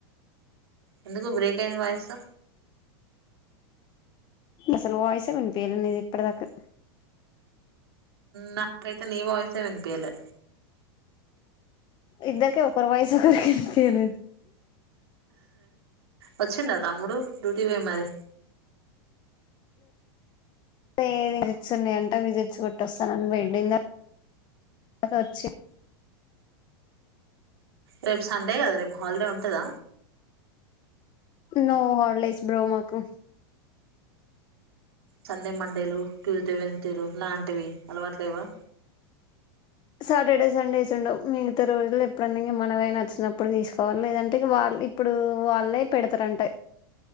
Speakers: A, on the right; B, on the left.
A: ఎందుకు బ్రేక్ అయింది వాయిస్
B: అసలు వాయిసే వినీపిలే ఇప్పటిదాక
A: నాకైతే నీ వాయిసే వినిపియ్యలే
B: ఇద్దరికి ఒకరి వాయిస్ ఒకరికి విపియలేదు
A: వచ్చిండ తమ్ముడు డ్యూటీకి పోయి మరి
B: ఏ విజిట్స్ ఉన్నాయంట విజిట్స్ కొట్టొస్తానని పోయిండు <unintelligible>
A: రేపు సండే కదా రేపు హాలిడే ఉంటద
B: నో హాలిడేస్ బ్రో మాకు
A: సండే మండేలు ట్యూస్డే <unintelligible> ఆలాంటివి అలవాట్లేవా
B: సాటర్డే సండేస్ ఉండవు మిగతా రోజులు ఎప్పుడన్న ఇంగ మనమే నచ్చినప్పుడు తీసుకోవాలి లేదంటే ఇగ వాళ్ళు ఇప్పుడు వాళ్ళే పెడతారుంటా